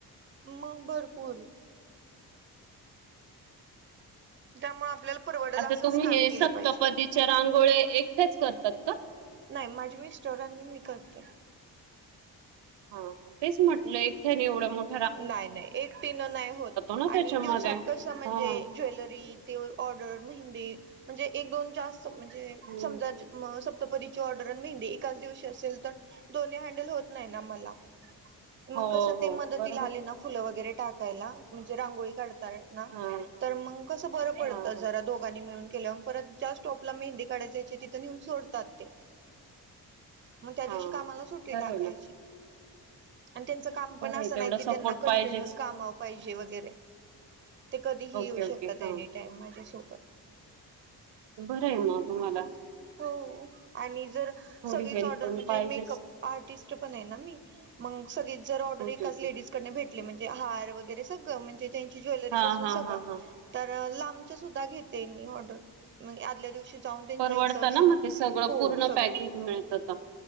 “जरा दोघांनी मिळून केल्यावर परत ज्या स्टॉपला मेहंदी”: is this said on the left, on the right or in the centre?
Right